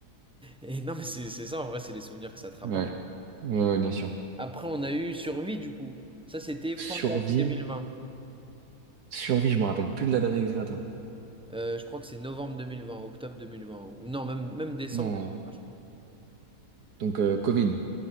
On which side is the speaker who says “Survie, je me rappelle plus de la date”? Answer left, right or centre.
Right